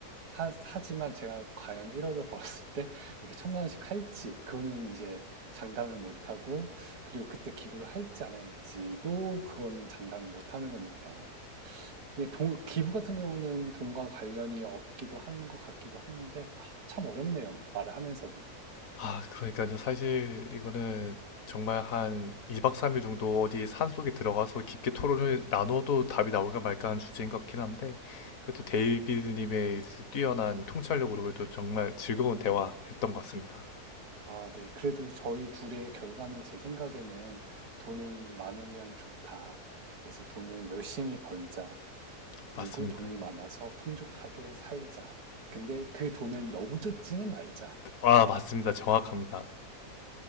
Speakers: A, on the right; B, on the left.
A: 하, 지만 제가 과연 1억을 <laughs> 벌었을 때 이렇게 천만 원씩 할지 그거는 이제 장담을 못하고 그리고 그때 기부를 할지 안 할지도 그거는 장담을 못하는 거니까 이게 동 기부 같은 경우는 돈과 관련이 없기도 한 것 같기도 한데 아, 참 어렵네요 말을 하면서도
B: 아, 그러니까요. 사실 이거는 정말 한 2박 3일 정도 어디 산속에 들어가서 깊게 토론을 나눠도 답이 나올까 말까 한 주제인 것 같긴 한데, 그래도 데이비드님의
A: 네.
B: 뛰어난 통찰력으로 그래도 정말 즐거운 대화했던 것 같습니다.
A: 아, 네. 그래도 저희 둘의 결과는 제 생각에는 돈은 많으면 좋다. 그래서 돈을 열심히 벌자. 그리고
B: 맞습니다.
A: 돈이 많아서 풍족하게 살자. 근데 그 돈을 너무 쫓지는 말자.
B: 아, 맞습니다. 정확합니다.